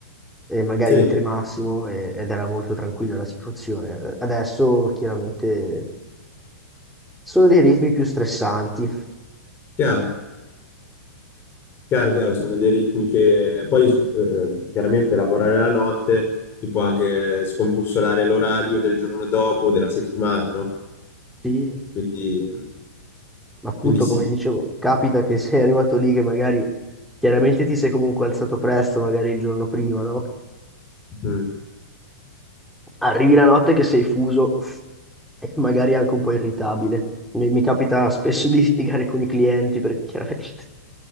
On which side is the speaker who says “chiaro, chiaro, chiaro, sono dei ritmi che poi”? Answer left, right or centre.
Left